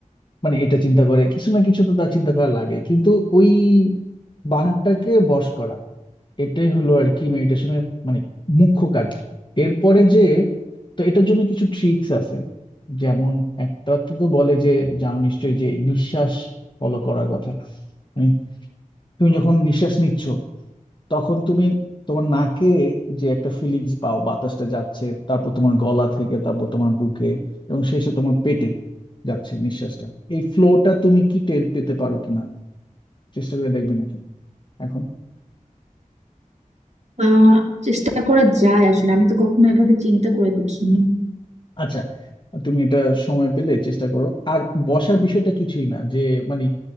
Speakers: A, on the left (about 35°); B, on the right (about 55°).
A: মানে এটা চিন্তা করে কিছু না কিছু তো তার চিন্তা করা লাগে কিন্তু ওই বানরটাকে বশ করা এটাই হলো আর কি মেডিটেশনের মানে মুখ্য কাজ এরপরে যে তো এটার জন্য কিছু ট্রিক্স আছে যেমন একটা তো বলে যে জানো নিশ্চয়ই যে নিঃশ্বাস ফলো করার কথা মানে তুমি যখন নিঃশ্বাস নিচ্ছ তখন তুমি তোমার নাকে যে একটা ফিলিংস পাও বাতাসটা যাচ্ছে তারপর তোমার গলা থেকে তারপর তোমার বুকে এবং শেষে তোমার পেটে যাচ্ছে নিঃশ্বাসটা এই ফ্লোটা তুমি কি টের পেতে পারো কিনা চেষ্টা করে দেখবে নাকি এখন
B: আহ চেষ্টা করা যায় আসলে আমি তো কখনো এভাবে চিন্তা করে দেখিনি
A: আচ্ছা তুমি এটা সময় পেলে চেষ্টা করো আর বসার বিষয়টা কিছুই না যে মানে